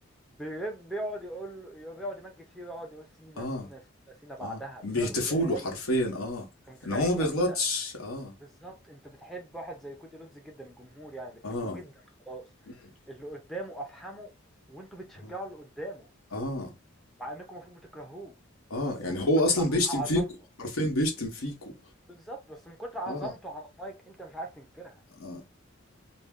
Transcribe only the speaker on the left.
اه
اه
بيهتفوا
له
حرفيا اه
ان هو ما بيغلطش
اه
اه
مم.
اه
اه
اه
يعني
هو
اصلا بيشتم
فيكو حرفيا بيشتم فيكو
اه
اه